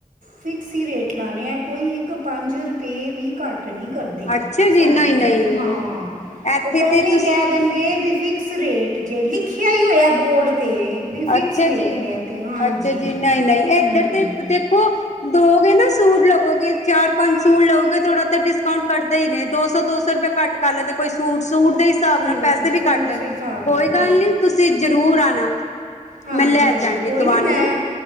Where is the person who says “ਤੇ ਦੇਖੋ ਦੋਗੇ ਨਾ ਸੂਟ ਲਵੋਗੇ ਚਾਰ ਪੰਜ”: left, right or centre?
Left